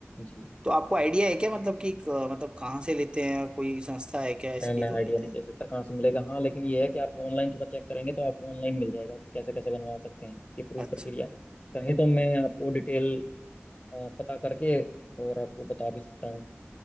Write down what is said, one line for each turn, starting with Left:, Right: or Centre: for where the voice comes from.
Left: जी
Right: तो आपको आइडिया है क्या मतलब कि अ, मतलब कहाँ से लेते हैं कोई संस्था है क्या
Left: है,
Right: इसकी
Left: मैं
Right: जो
Left: आइडिया
Right: लेते
Left: नहीं
Right: हैं
Left: दे सकता कहाँ से मिलेगा हाँ लेकिन ये है कि आप ऑनलाइन थोड़ा चेक करेंगे तो आपको ऑनलाइन मिल जाएगा कि कैसे कैसे बनवा सकते हैं ये पूरी
Right: अच्छा
Left: प्रक्रिया कहें तो मैं आपको डिटेल पता करके और आपको बता भी सकता हूँ